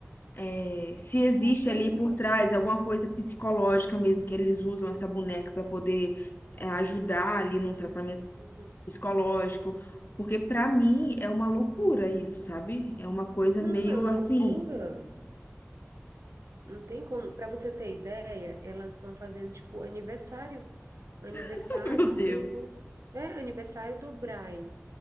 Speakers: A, on the left; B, on the right.
A: é, se existe
B: Por que
A: ali
B: isso,
A: por trás
B: né?
A: alguma coisa psicológica mesmo, que eles usam essa boneca para poder é, ajudar ali num tratamento
B: Uhum.
A: psicológico, porque pra mim é uma loucura isso, sabe? É uma coisa
B: Não,
A: meio
B: é uma
A: assim,
B: loucura. Não tem como. Para você ter ideia, elas estão fazendo tipo aniversário, aniversário
A: <laughs> Meu Deus.
B: do, é, aniversário do Brian.